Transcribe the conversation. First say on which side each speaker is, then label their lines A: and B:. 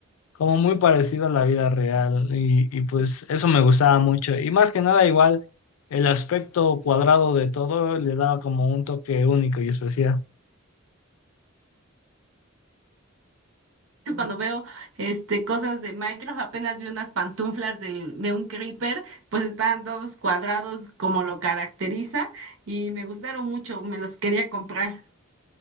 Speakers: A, on the left (about 80°); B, on the right (about 75°).
A: como muy parecido a la vida real y, y pues eso me gustaba mucho y más que nada igual el aspecto cuadrado de todo le daba como un toque único y especial.
B: Yo Cuando veo este, cosas de Minecraft, apenas vi unas pantuflas del- de, un creeper, pues estaban todos cuadrados como lo caracteriza y me gustaron mucho, me los quería comprar.